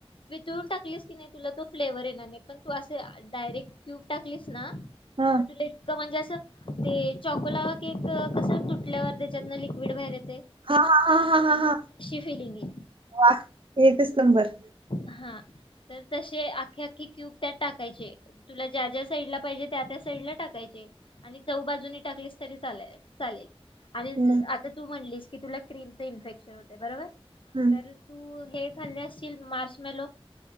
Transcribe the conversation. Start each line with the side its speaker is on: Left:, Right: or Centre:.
Left: वितळून टाकलीस की नाही तुला तो फ्लेवर येणार नाही पण तू असे डायरेक्ट क्यूब टाकलीस ना
Right: हा
Left: तर तुला इतक ते चकोलावा केक कस तुटल्यावर त्याच्यातन लिक्विड बाहेर य
Right: हा हा हा हा हा हा
Left: फिलिंग येईल.
Right: वा एकच.. नंबर
Left: हा तर तसे आख्खी आख्खी क्यूब त्यात टाकायचे तुला ज्या ज्या साईडला पाहिजे त्या त्या साईडला टाकायचे आणि चव बाजूनी टाकलेस तरी चा चालेल आणि
Right: न-
Left: आता तू म्हणलीस की तुला क्रीमच इन्फेक्शन होते बरोबर?
Right: हं.
Left: तर तू हे, <unintelligible> मर्श मेलो